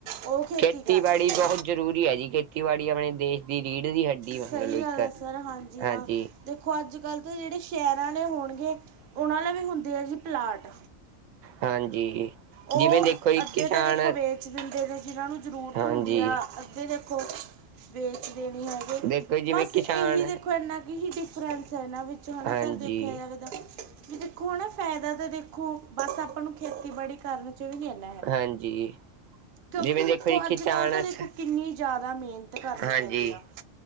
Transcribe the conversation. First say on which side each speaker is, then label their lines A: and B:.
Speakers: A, on the right; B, on the right.
A: ਉਹ ਖੇਤੀ
B: ਖੇਤੀਬਾੜੀ
A: ਕਰਦੇ ਨੇ
B: ਬਹੁਤ ਜ਼ਰੂਰੀ ਏ ਜੀ ਖੇਤੀਬਾੜੀ ਆਪਣੇ ਦੇਸ਼ ਦੀ ਰੀੜ ਦੀ ਹੱਡੀ ਮੰਨ
A: ਸਹੀ
B: ਲਓ ਇੱਕ,
A: ਗੱਲ ਆ ਸਰ
B: ਹਾਂਜੀ
A: ਹਾਂ ਦੇਖੋ ਅੱਜ ਕੱਲ੍ਹ ਤਾਂ ਜਿਹੜੇ ਸ਼ਹਿਰਾਂ ਆਲੇ ਹੋਣਗੇ ਉਹਨਾਂ ਲਵੇ ਹੁੰਦੇ ਆ ਜੀ ਪਲਾਟ
B: ਹਾਂਜੀ
A: ਉਹ
B: ਜਿਵੇਂ ਦੇਖੋ ਜੀ
A: ਅੱਧੇ
B: ਕਿਸਾਨ
A: ਤਾਂ ਦੇਖੋ ਵੇਚ ਦਿੰਦੇ ਨੇ ਜਿਨਾਂ ਨੂੰ ਜ਼ਰੂਰਤ
B: ਹਾਂਜੀ
A: ਹੁੰਦੀ ਆ ਅੱਧੇ ਦੇਖੋ ਵੇਚਦੇ ਨੀ ਹੈਗੇ
B: ਦੇਖੋ ਜੀ ਜਿਵੇਂ
A: ਬਸ
B: ਕਿਸਾਨ
A: ਏਹੀ ਦੇਖੋ ਇਨਾ ਕ ਕ ਹੀ ਡਿਫਰੈਂਸ ਐ ਇਨਾਂ ਵਿੱਚ ਹਨਾ
B: ਹਾਂਜੀ
A: ਸਰ ਦੇਖਿਆ ਜਾਵੇ ਤਾਂ ਵੀ ਦੇਖੋ ਹਨਾ ਫੈਦਾ ਤਾਂ ਦੇਖੋ ਬਸ ਆਪਾਂ ਨੂੰ ਖੇਤੀਬਾੜੀ ਕਰਨ ਚ ਵੀ ਨੀ ਐਨਾ
B: ਹਾਂਜੀ
A: ਕਿਉਂਕਿ
B: ਜਿਵੇਂ
A: ਦੇਖੋ
B: ਜੀ
A: ਅੱਜ
B: ਕਿਸਾਨ
A: ਕੱਲ ਤਾਂ
B: ਸ
A: ਦੇਖੋ ਕਿੰਨੀ ਜਿਆਦਾ ਮੇਨਤ ਕਰਨੀ
B: ਹਾਂਜੀ,
A: ਪੈਂਦੀ ਆ